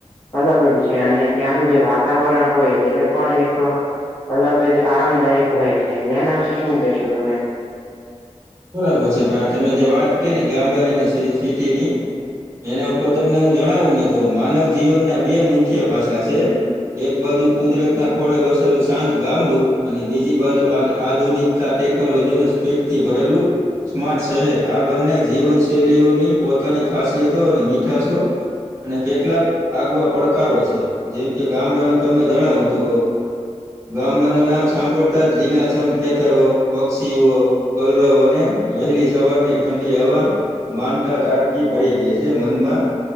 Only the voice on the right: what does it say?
બરાબર છે ભાઈ આ તમે જે વાત કરી ગામડાનીને સિટીની એના ઉપર તમને હું જણાવું ને તો માનવ જીવનના બે મુખ્ય પાસા છે. એક બાજુ કુદરત ના ખોળે વસેલું શાંત ગામડું અને બીજી બાજુ આધુનિક ટેકનોલોજીને સ્પીડ થી ભરેલું. સ્માર્ટ શહેર આ બંને જીવનશૈલીઓની પોતાની ખાસિયતો અને મીઠશો અને કેટલાક આગવા પડકારો છે જેમ કે ગામડાનું તમને જણાવું તો ગામડાના નામ સાંભળતા જ લીલાછમ ખેતરો, પક્ષીઓ પલરાવ અને વહેલી સવારની ઠંડી હવા. માનતા તાડગી ભરી દે છે મનમાં.